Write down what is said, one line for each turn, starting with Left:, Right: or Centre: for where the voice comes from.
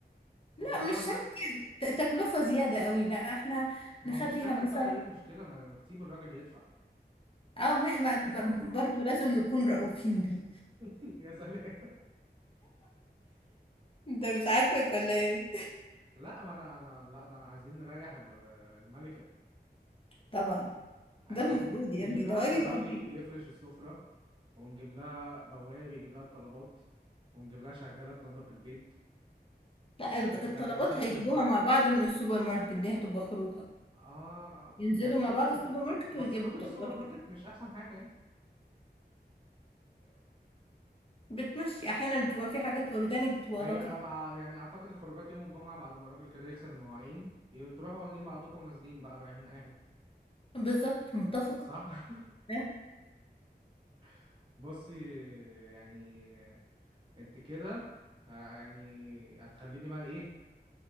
Left: لا
Right: وسفراجي
Left: مش شرط يعني ت- تكلفة زيادة قوي لا احنا
Right: ما
Left: نخليها
Right: هو بيشتغل
Left: مثلا
Right: بقى ايه المشكلة ما تسيب الراجل يدفع
Left: او م- ب-
Right: <laughs>
Left: ب- برضه لازم نكون رؤوفين بيه
Right: يا سلام
Left: انت مش عاجبك ولا ايه
Right: لا ما انا انا لا ده انا عايزين نريح ال- الملكة
Left: <laughs> طبعا
Right: عايزين
Left: ده المفروض يا
Right: نجيب
Left: ابني
Right: لها
Left: ده واجب
Right: سفراجي
Left: عليك
Right: يفرش السفرة ونجيب لها بواب يجيب لها الطلبات ونجيب لها شغالة تنظف البيت
Left: لا
Right: ونجيب
Left: الج- الطلبات
Right: لها غسالة
Left: هيجيبوها
Right: اطباق
Left: مع بعض من السوبر ماركت دي هتبقى خروجة
Right: اه
Left: ينزلوا
Right: يعني
Left: مع
Right: ايه
Left: بعض
Right: ده
Left: السوبر ماركت
Right: بس
Left: ويجيبوا
Right: خروج
Left: الطلبات
Right: السوبر ماركت
Left: ويرجعوا.
Right: مش احسن حاجة يعني
Left: بتمشي احيانا بتبقى في حاجات اورجانيك بتبقى
Right: هي
Left: لطيفة
Right: أبع... يعني اعتقد الخروجات يوم الجمعة بعد ما الراجل كده يغسل المواعين ي- تروحوا واخدين بعضكم ونازلين بقى رايحين اي حتة
Left: بالظبط متفقة
Right: صح
Left: ها؟
Right: <laughs> بصي يعني انت كده آه، يعني هتخليني بقى ايه